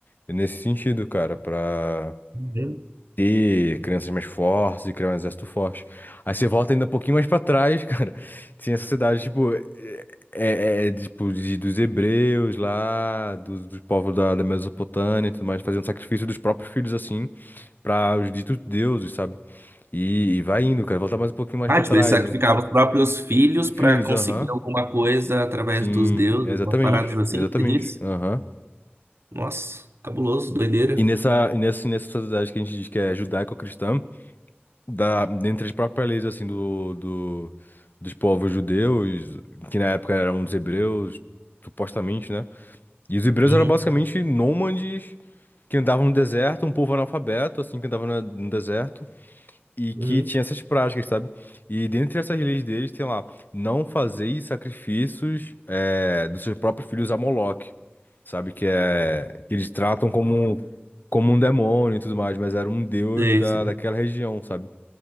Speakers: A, on the left; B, on the right.
A: nesse sentido, cara, pra
B: entendeu?
A: ter crianças mais fortes e criar um exército forte. Aí você volta ainda um pouquinho mais pra trás, <laughs> cara. Tinha essa cidade, tipo, é, é- é, tipo de- dos hebreus lá, dos, dos povos da, da Mesopotâmia e tudo mais, fazendo sacrifício dos próprios filhos, assim, pra os ditos deuses, sabe? E, e vai indo, cara. Volta mais um pouquinho mais
B: Ah,
A: pra
B: tipo,
A: trás,
B: eles sacrificavam
A: né?
B: os próprios filhos
A: Filhos,
B: para conseguir
A: aham.
B: alguma coisa através
A: Sim,
B: dos deuses,
A: exatamente.
B: umas paradas assim,
A: Exatamente.
B: você diz?
A: Aham.
B: Nossa, cabuloso, doideira.
A: E nessa, e nessa, nessa sociedade que a gente diz que é judaico-cristã. da, dentre as próprias leis assim do, do- dos povos judeus, que na época eram os hebreus, supostamente, né? E os hebreus
B: Uhum.
A: eram basicamente nômades que andavam no deserto, um povo analfabeto, assim, que andava na- no deserto. E que
B: Uhum.
A: tinha essas práticas, sabe? E dentre essas leis deles tem lá, não fazeis sacrifícios eh, dos seus próprios filhos a Moloque, sabe? Que é que eles tratam como, como um demônio e tudo mais, mas era um deus
B: Sei,
A: da,
B: sei.
A: daquela região, sabe?